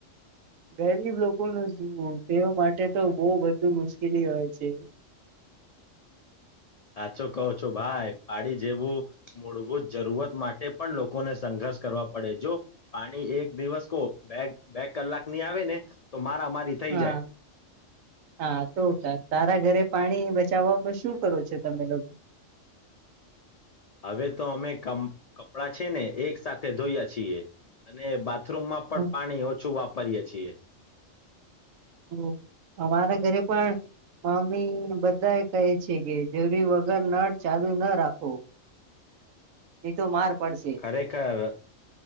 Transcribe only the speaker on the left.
સાચો કહો છો ભાઈ પાડી જેવું મૂળભૂત જરૂરત માટે પણ લોકોને સંઘર્ષ કરવા પડે જો પાણી એક દિવસ કો બે બે કલાક ની આવે ને તો મારા મારી થઈ
જાય
હવે તો અમે કપડાં છે ને એક સાથે ધોયા છીએ અને બાથરૂમમાં પણ
પાણી ઓછું વાપર પિયા છીએ
ખરેખર